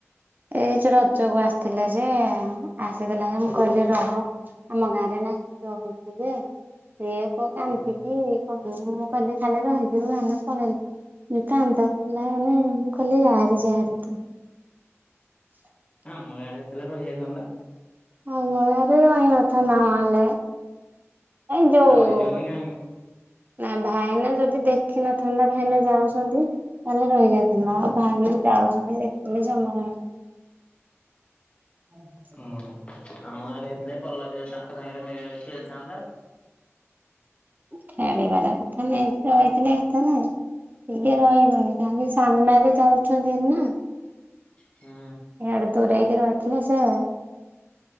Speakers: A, on the right; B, on the left.
A: ଏଇଟି ଯୋଉ ରଜ କୁ ଆସିଥିଲେ ଯେ ଆସିଥିଲା ଯେ ମୁଁ କହିଲି ରହ ଆମ ଗାଁରେ ନାଚ ହଉଚି ଯେ ସିଏ କ କାନ୍ଦିକି
B: ହୁଁ
A: କ ହଁ ମୁଁ କହିଲି ଖାଲି ରହିଯିବ ଭ ନା ପଳେଇଲେ। କାନ୍ଦ କଲା ମାନେ ମୁଁ କହିଲି ଯାହାର ଯାହାରି ତ <inaudible>
B: ହଁ ଆମ ଗାଁରେ ଏଥିଲା ରହିଯାଇଥାନ୍ତା।
A: ହଁ ଆମ ଗାଁରେ ଯାଇନ ଥାନ୍ତା ନ ହେଲେ ଏଇ ଯୋଉ
B: ରହିଯିବନି କାହିଁକି
A: ନା ଭାଇନା ଯଦି ଦେଖିନଥାନ୍ତା ଭାଇନା ଯାଉ ଚ ନ୍ତି ତାହେଲେ ରହିଯାଇଥିଲା ଆଉ ଭାଇଣୀ ଯାଉଚନ୍ତି ଦେଖଥିଲି ଜମା ରହିନ <inaudible>
B: ହୁଁ ଆମ ଗାଁରେ ହେଇଥିଲେ ପଲ୍ଲବୀ ତାଙ୍କ ସାଙ୍ଗରେ ମି ଖେଳିଥାନ୍ତା।
A: ଖେଳିବାର କଥା ନେଇକି ରହିଥିଲେ ହେଇଥାନ୍ତା ଆଉ। ଟିକେ ରହିବନି କାହିଁକି ସାମ୍ନାରେ ଯାଉଛନ୍ତି ନା।
B: ହୁଁ।
A: ଇଆଡ଼େ ଦୂରେଇକି ରହିଥିଲେ ସେ